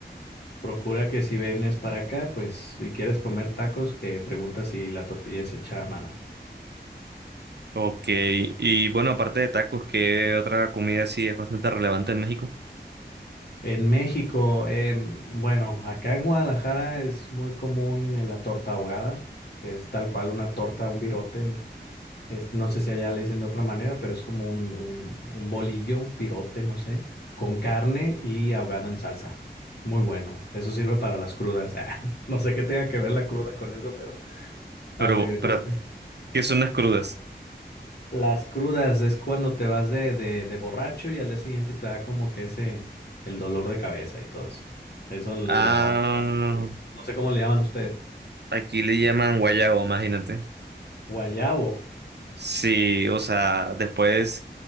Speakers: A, on the left; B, on the right.
A: Procura que si vienes para acá, pues si quieres comer tacos, que preguntas si la tortilla es hecha a mano.
B: Ok, y bueno, aparte de tacos, ¿qué otra comida sí es bastante relevante en México?
A: En México, em, bueno, acá en Guadalajara es muy común eh, la torta ahogada, que es tal cual una torta, un virote. en- Este, no sé si allá le dicen de otra manera, pero es como un, un, un bolillo, virote, no sé, con carne y ahogado en salsa. Muy bueno. Eso sirve para las crudas. <laughs> Ah, No sé qué tenga que ver la cruda con eso, pero así
B: Pero,
A: de costumbre.
B: pero, ¿qué son las crudas?
A: Las crudas es cuando te vas de, de, de borracho y al día siguiente te da como que ese, el dolor de cabeza y todo eso. Eso le
B: Ah,
A: llamamos. cruda. No sé cómo le llaman ustedes.
B: aquí le llaman guayabo, imagínate.
A: Guayabo.
B: Sí, o sea, después